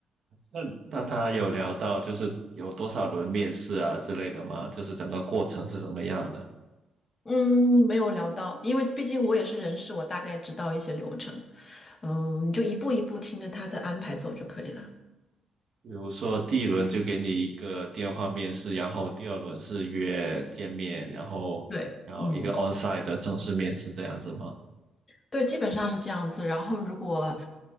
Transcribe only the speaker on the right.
那那他有聊到就是有多少轮面试啊之类的吗？就是整个过程是怎么样的？
比如说第一轮就给你一个电话面试，然后第二轮是约见面，然后然后一个
onsite 的正式面试这样子吗？